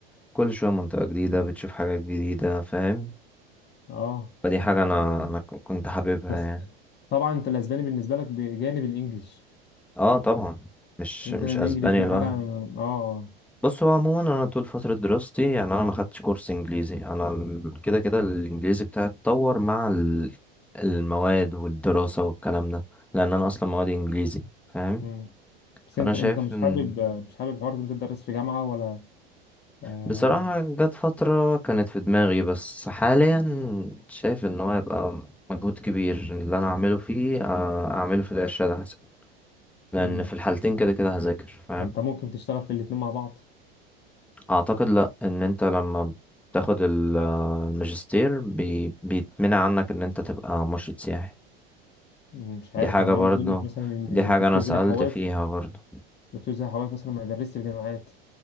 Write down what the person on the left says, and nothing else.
اه
حلو
بس
طبعا انت الاسباني بالنسبه لك بجانب الانجليش
انت كده
كده الانجليش
ده
حاجه يعني. اه اه
مم. بس
انت
انت مش
حابب مش حابب حوار إن انت تدرس في جامعة ولا آه...
مم.
ما انت ممكن تشتغل في الاتنين مع بعض
مم، مش
عارف
يعني
انا ما اظنش مثلا ان
دكتور
زي حواس
دكتور زي حواس مثلا ما يدرسش في جامعات